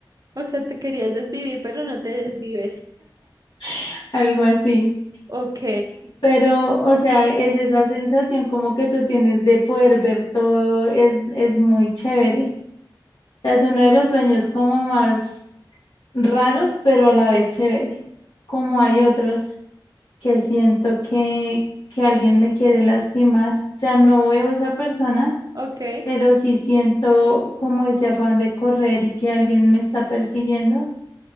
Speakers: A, on the right (about 45°); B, on the left (about 75°).
A: O sea, te querías desvivir, pero no te desvives.
B: <laughs> algo así.
A: Ok,
B: Pero, o sea, es esa sensación como que tú tienes de poder ver todo, es, es muy chévere. O sea, es uno de los sueños como más raros, pero a la vez chévere, como hay otros. que siento que, que alguien me quiere lastimar. O sea, no veo a esa persona,
A: ok,
B: pero sí siento como ese afán de correr y que alguien me está persiguiendo